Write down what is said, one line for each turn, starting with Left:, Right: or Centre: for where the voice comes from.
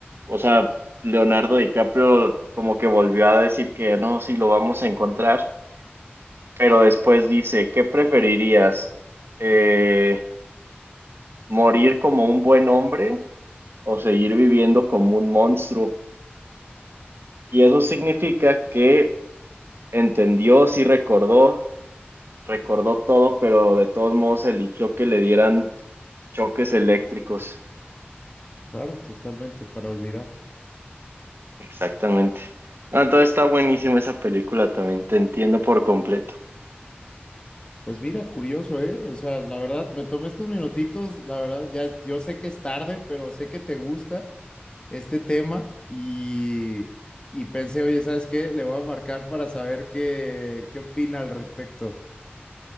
Right: o sea, Leonardo DiCaprio como que volvió a decir que no, sí lo vamos a encontrar, pero después dice, ¿qué preferirías? Eh, morir como un buen hombre o seguir viviendo como un monstruo. Y eso significa que entendió, sí recordó, recordó todo, pero de todos modos eligió que le dieran choques eléctricos.
Left: claro, totalmente, para olvidar.
Right: Exactamente. Ah, entonces está buenísima esa película también, te entiendo por completo.
Left: Pues mira, curioso, ¿eh? O sea, la verdad, me tomé estos minutitos, la verdad, ya yo sé que es tarde, pero sé que te gusta este tema y, y pensé, oye, ¿sabes qué? Le voy a marcar para saber qué, qué opina al respecto.